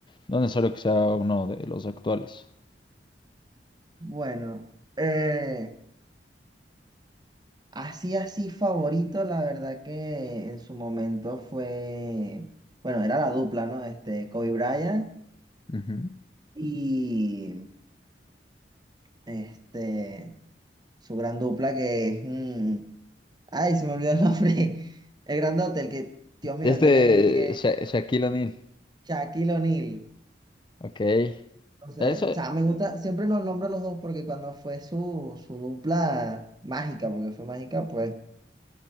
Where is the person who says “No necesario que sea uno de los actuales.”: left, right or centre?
Left